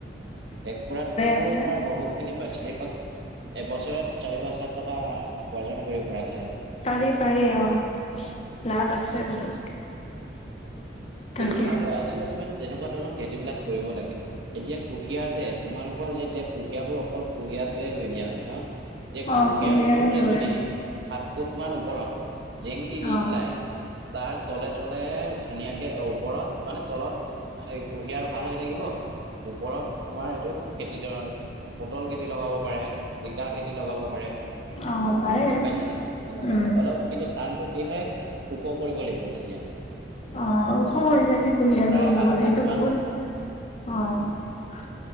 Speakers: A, on the right; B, on the left.
A: এক পোৰাতো
B: আছে
A: তোমাৰ বহুতখিনি পায় চাৰি পাক এবছৰত চাৰি পাঁচ লাখ টকা উপাৰ্জন কৰিব পৰা আছে।
B: পাৰি পাৰি অঁ লাভ আছে বহুত।
A: সেইটো
B: তাকে
A: ভাল হয় আজিকালি মানে তেনেকুৱা। ধৰৰ খেতিবিলাক কৰিব লাগে এতিয়া কুঁহিয়াৰ দে তোমালোকৰ যে এতিয়া কুঁহিয়াবোৰ অকল কুঁহিয়াটোৱে ৰুই দিয়া হয় ন'হ। যে
B: অ
A: কুঁহিয়াৰ
B: কুঁহিয়াৰে
A: ওপৰতে
B: ৰুৱে
A: যদি সাত ফুটমান ওপৰত জেং দি দি
B: অ
A: পেলাই। তাৰ তলে তলে ধুনীয়াকৈ ওপৰত মানে তলত এই কুঁহিয়াৰ ভাল হৈ থাকিব ওপৰত তোমাৰ এইটো খেতি পটল খেতি লগাব পাৰে, জিকা খেতি লগাব পাৰে
B: অ পাৰে
A: গম পাইছানে? তেনেকুৱাকে
B: উম
A: অলপ কিন্তু চাংতটো কি হয় উপৰ কৰিব লাগিব তেতিয়া।
B: অঁ ওখ হৈ যায় যে কুহিয়াৰবোৰ
A: প্ৰায়
B: বহুত
A: আঠ ফুট
B: এইটো
A: মান
B: বহুত অঁ।